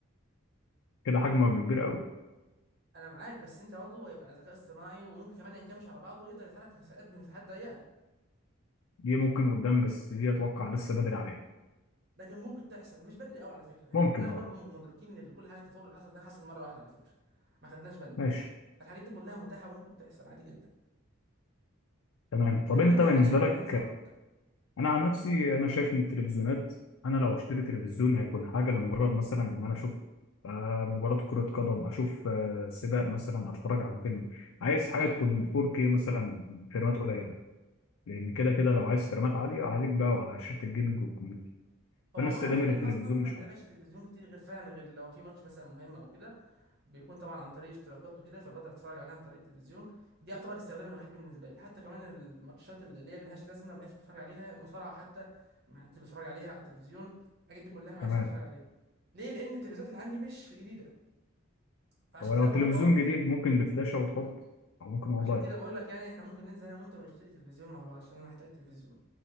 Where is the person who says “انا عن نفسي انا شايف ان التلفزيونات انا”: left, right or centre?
Left